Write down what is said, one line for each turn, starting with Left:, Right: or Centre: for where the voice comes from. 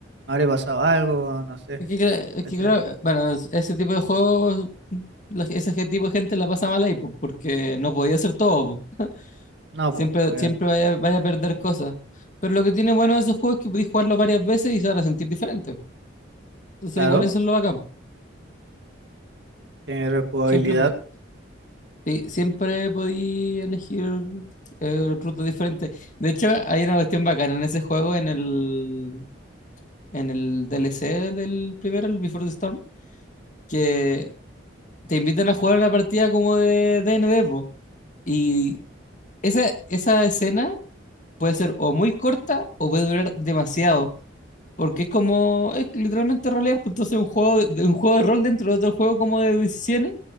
Right: me habría pasado algo, no sé,
Left: Es que, cla- es
Right: ¿cachai?
Left: que claro, bueno, ese tipo de juegos, la- ese gen- tipo de gente la pasa mal ahí, po, porque no podía hacer todo, po.
Right: No,
Left: Siempre,
Right: pues, obviamente,
Left: siempre vaya, vaya a perder cosas. Pero lo que tiene bueno de esos juegos es que podéis jugarlo varias veces y se van a sentir diferentes. Entonces
Right: claro,
Left: igual eso es lo bacán.
Right: tiene rejugabilidad,
Left: Siempre, po- sí, siempre podí elegir eh, rutas diferentes. De hecho, hay una cuestión bacana en ese juego, en el, en el DLC del primero, el Before the Storm, que te invitan a jugar una partida como de D&D, po. Y esa, esa escena puede ser o muy corta o puede durar demasiado. Porque es como, es literalmente rolear, pues entonces un juego, de- un juego de rol dentro de otro juego como de decisiones.